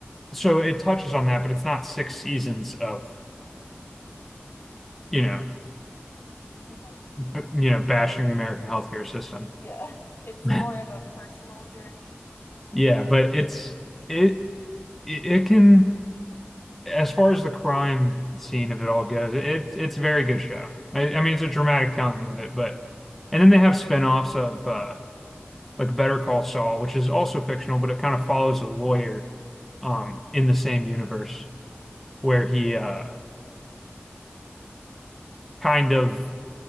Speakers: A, in the centre; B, on the left.
A: so it touches on that, but it's not six seasons of, you know,
B: hmm
A: b you know, bashing the American healthcare system.
B: Yeah.
A: <laughs>
B: <laughs> It's more of a personal journey.
A: Yeah, but it's it it it can as far as the crime scene of it all goes, it's it's a very good show. I, I mean, it's a dramatic telling
B: Mhm.
A: of it, but and then they have spin-offs of uh like Better Call Saul, which is also fictional, but it kind of follows a lawyer um in the same universe. where he uh, kind of